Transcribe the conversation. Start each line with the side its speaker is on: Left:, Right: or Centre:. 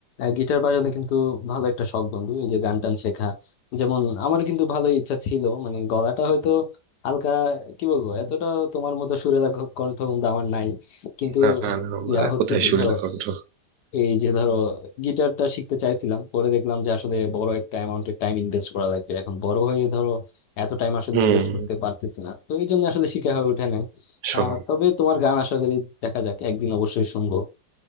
Left: গিটার বাজানো কিন্তু ভালো একটা শখ বন্ধু এই যে গান টান শেখা যেমন আমারও কিন্তু ভালো ইচ্ছা ছিল মানে গলাটা হয়তো হালকা কি বলবো এতটা তোমার মতো সুরেলা ক- কণ্ঠ বন্ধু আমার নাই কিন্তু
Right: না না আমার
Left: ইয়া
Right: আর
Left: হচ্ছে
Right: কোথায়
Left: কি
Right: সুরেলা
Left: ধরো
Right: কণ্ঠ
Left: এই যে ধরো গিটারটা শিখতে চাইছিলাম পরে দেখলাম যে আসলে বড় একটা অ্যামাউন্টের টাইম ইনভেস্ট করা লাগবে এখন বড় হয়ে ধরো এত টাইম আসলে
Right: হুম
Left: ইনভেস্ট করতে পারতেছি না তো এই জন্য আসলে শিখা হয়ে ওঠে নাই
Right: শোন
Left: আহ তবে তোমার গান আশা করি দেখা যাক একদিন অবশ্যই শুনবো